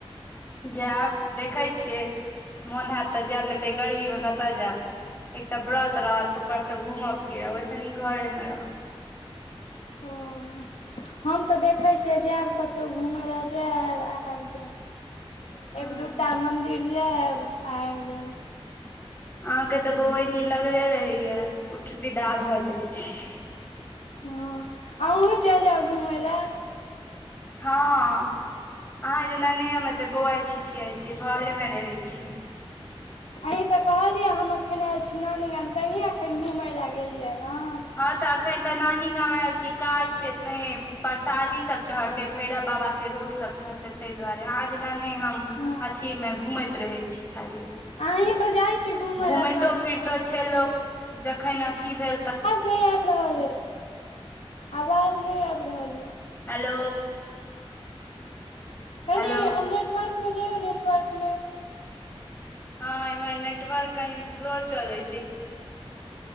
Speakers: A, on the left; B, on the left.
A: जायब देखै छियै मोन हत तऽ जायब ने ते गर्मी मे कतऽ जायब। एक तऽ व्रत रहत ऊपर से घूमब फिरब ओहिस नीक घरे मे रहब।
B: ओ हम त देखै छियै जाएब कतौ घुमै ले जाएब आबि जाएब। <inaudible>
A: हँ
B: एक दूटा मन्दिर जाएब आबि जाएब।
A: अहाँके त बौअइनी लगले रहैया उठि विदा भ जाइ छी।
B: हँ, अहुँ चलि जाएब घुमै ले‌।
A: हँ, <inaudible> अहाँ जेना नै हम एते बौआइ छिछिआइ छी, घरेमे रहै छी।
B: अहीं त कहलियैआ हम एखनि आएल छी नानी गाम त अहीं एखन घुमै ले गेलिअइया न।
A: हँ त अखन त नानी गाम आएल छी। काज छै तैं परसादी सब चढ़ तै, भैरव बाबा के रोट सब चहरतनि तै दुआरे। अहाँ जेना नै हम
B: हँ
A: अथी में घुमैत त रहै छी खाली।
B: अहीं
A: <inaudible>
B: तऽ जाइ छी घुमय
A: घुमैतो
B: लए सबठाम
A: फिरतो छै लोक जखन अथी भेल त
B: नै आबि रहल ऐ। <inaudible> आवाज नै आबि रहल ऐ।
A: हेलो
B: कनी
A: हेलो
B: नेटवर्कमें जइयौ नेटवर्क मे।
A: हं एम्हर नेटवर्क कनी स्लो चलै छै।